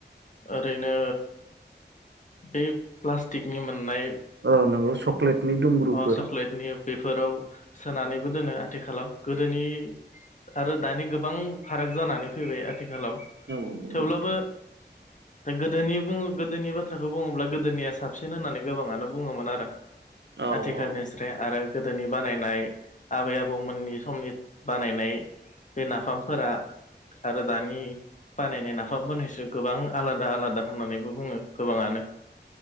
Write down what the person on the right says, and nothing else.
अ नंगौ चक्लेटनि दुंब्रुफोर
औ नंगौ
नोंथां
औ
औ